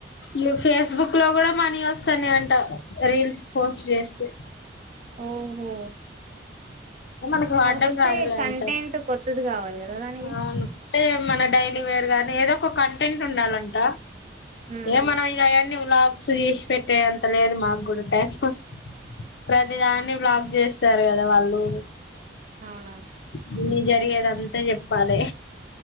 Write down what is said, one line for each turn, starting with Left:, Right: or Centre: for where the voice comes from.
Left: లో ఫేస్బుక్ లో కూడా మనీ వస్తాన్నా అంట రీల్స్ పోస్ట్ చేస్తే
Right: ఓహో
Left: ఉ మనకి వాడ్డం
Right: కాకపోతే
Left: రాదు లేంతే
Right: కంటెంట్ కొత్తది కావాలి కదా దానికి
Left: అవును అంటే మన డైలీ వేర్ గానీ ఏదో ఒక కంటెంట్ ఉండాలంట
Right: హ్మ్
Left: ఏ మన ఇక ఎన్నీ లాపుసు చేసి పెట్టే అంత లేదు మాకు కూడా టైప్ ప్రతి దాన్ని బ్లాక్ చేస్తారు కదా వాళ్ళు
Right: అవును
Left: అన్నీ జరిగేది అంతా చెప్పాలి